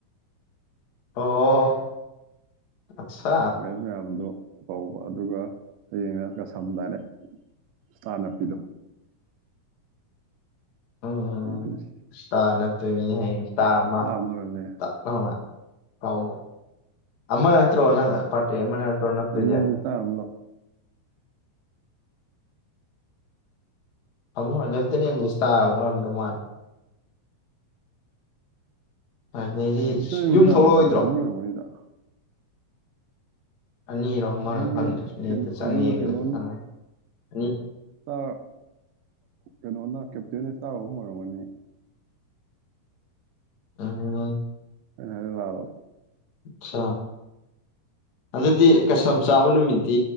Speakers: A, on the left; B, on the right.
A: ꯑꯣ꯫ ꯑꯠꯁꯥ
B: ꯐꯦꯁꯃꯦꯌꯥꯝꯗꯣ ꯀꯧꯕ ꯑꯗꯨꯒ ꯍꯌꯦꯡꯅ ꯀꯁꯝ ꯗꯥꯏꯔꯦꯛ ꯏꯁꯇꯥꯔ ꯅꯞꯄꯤꯗꯣ꯫
A: ꯎꯝ
B: ꯏꯁꯇꯥꯔ
A: ꯁꯅ ꯇ ꯍꯥꯏꯌꯦ ꯇꯥꯃ
B: ꯑꯃꯔꯅꯦ
A: ꯑ ꯀꯃ ꯑꯃꯅ ꯅꯠꯇ꯭ꯔꯣꯅ ꯐꯥꯇ ꯑꯃꯅ ꯅꯠꯇ꯭ꯔꯣ ꯅꯛꯇꯖꯦ
B: ꯂꯦꯇꯤꯅꯦꯟ ꯏꯁꯇꯥꯔ ꯑꯃ ꯂꯥꯛꯑꯣ
A: ꯑꯃꯛ ꯂꯦꯞꯇꯅꯦꯦꯟ ꯁꯇꯥ ꯑꯃꯣꯗꯧ ꯃꯥꯅꯤ ꯑꯗꯩꯗꯤ
B: ꯏꯠꯇꯅꯁ
A: ꯌꯨꯝ ꯊꯣꯛꯂꯛꯑꯣꯏꯗ꯭ꯔꯣ
B: ꯑꯅꯤ ꯑꯣꯏꯒꯅꯤꯗ
A: ꯑꯅꯤꯔꯣ ꯑꯃꯔꯣ
B: ꯑꯅꯤꯅꯦ
A: ꯐꯪꯗ꯭ꯔꯦꯅꯦꯇ
B: ꯀꯩꯅꯣꯁꯨ
A: ꯆꯪꯉꯦ ꯌꯦꯡꯕꯁꯨ
B: ꯀꯩꯅꯣꯅ
A: ꯈꯪꯉꯦ ꯑ
B: ꯏꯁꯇꯥꯔ ꯀꯩꯅꯣꯅ ꯀꯦꯞꯇꯦꯟ ꯏꯁꯇꯥꯔ ꯑꯍꯨꯝ ꯑꯣꯏꯔꯝꯒꯅꯤ
A: ꯑ
B: ꯑ ꯂꯕ
A: ꯑꯆꯥ ꯑꯗꯨꯗꯤ ꯀꯩꯁꯝ ꯆꯥꯕ ꯅꯨꯃꯤꯠꯇꯤ